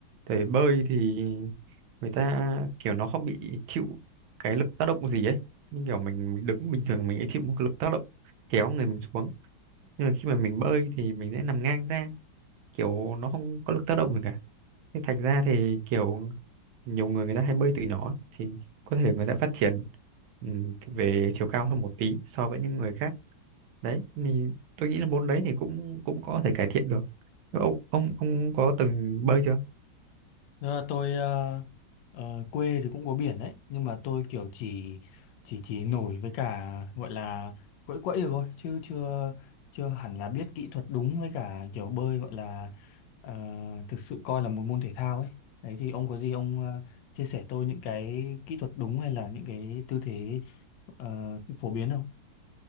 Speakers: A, on the right; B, on the left.
A: thể bơi thì người ta kiểu nó không bị chịu cái lực tác động gì ấy nhưng kiểu mình, mình đứng bình thường mình ấy chịu một cái lực tác động kéo người mình xuống nhưng mà khi mà mình bơi thì mình sẽ nằm ngang ra kiểu nó không có lực tác động gì cả thế thành ra thì kiểu nhiều người người ta hay bơi từ nhỏ ấy, thì có thể người ta phát triển ừm, về chiều cao hơn một tí so với những người khác đấy thì tôi nghĩ là môn đấy thì cũng cũng có thể cải thiện được ông ông ông có từng bơi chưa
B: Ờ, tôi ờ, ờ, quê thì cũng có biển đấy nhưng mà tôi kiểu chỉ chỉ chỉ nổi với cả gọi là quẫy quẫy được thôi chứ chưa chưa hẳn là biết kỹ thuật đúng với cả kiểu bơi gọi là ờ, thực sự coi là một môn thể thao ấy đấy thì ông có gì ông ờ, chia sẻ tôi những cái kỹ thuật đúng hay là những cái tư thế ờ, phổ biến không?